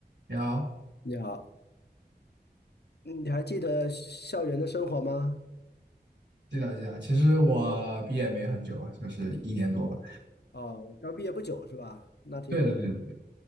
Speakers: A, on the right; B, on the left.
A: 你好，
B: 你好，你还记得校园的生活吗？
A: 记得记得。其实我毕业没很久，就是一年多吧。
B: 哦，刚毕业不久是吧？那挺好。
A: 对对对。